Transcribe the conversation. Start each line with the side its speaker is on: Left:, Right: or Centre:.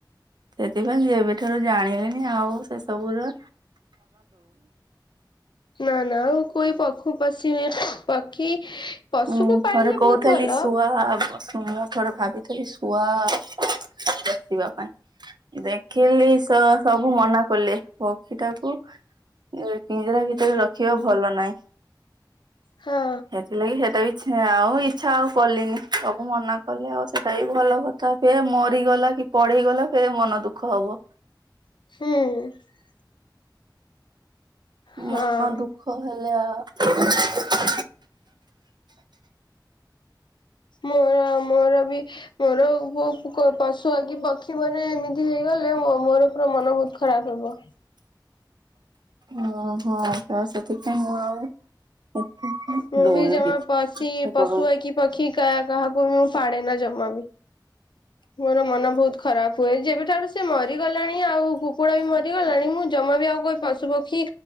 Right: ସେଥିପାଇଁ ଏବେଠାରୁ ଜାଣିଲେନି ଆଉ ସେ ସବୁ ର
Left: ନା ନା ଆ କ ପକ୍ଷୁ ପଶୀ ପକ୍ଷୀ ପଶୁକୁ
Right: ଉଁ
Left: ପାଳିଲେ
Right: ଥରେ କହୁଥିଲି
Left: ବହୁତ ଭଲ।
Right: ଶୁଆ ମୁଁ ଥରେ ଭାବିଥିଲି ଶୁଆ ପୋସିବା ପାଇଁ ଦେଖିଲି ସବୁ ମନା କଲି ପକ୍ଷୀ ଟାକୁ ପି୍ଜରା ଭିତରେ ରଖିବା ଭଲ ନାହିଁ।
Left: ହଁ।
Right: ସେଥିଲାଗି ସେଟା ଆଉ ଇଚ୍ଛା ଆଉ କଲିନି ସବୁ ମନା କଲେ ଆଉ ସେଟା ବି ଭଲ କଥା ହଏ ମରିଗଲେ କି ପଢେଇ ଗଲା ଫ ମନ ଦୁଃଖ ହବ।
Left: ହଁ। ହଁ
Right: ମନ ଦୁଃଖ ହେଲେ ଆଉ
Left: ମୋର ମୋର ବି ମୋରୋ ପଶୁ ଆ କି ମାନେ ଏମିତି ହେଇଗଲେ ମୋର ପୁର ମନ ବହୁତ ଖରାପ ହବ।
Right: ଓ ହୋ ତ ସେଥିପାଇଁ ମୁଁ ଆଉ
Left: ମୁଁ
Right: ଦଉନି
Left: ବି ଜମା
Right: କିଛି
Left: ପଶି
Right: ଇଚ୍ଛା
Left: ପଶୁଆ
Right: କରୁନି।
Left: କି ପକ୍ଷୀ କା କାହାକୁ ବି ମୁଁ ଫାଡେ ନା ଜମା ବି ମୋର ମନ ବହୁତ ଖରାପ ହୁଏ, ଯେବେଠାରୁ ସେ ମରିଗଲାଣି ଆଉ କୁକୁଡା ବି ମରିଗଲାଣି ମୁଁ ଜମା ଆ ବି ଆଉ ପଶୁ ପକ୍ଷୀ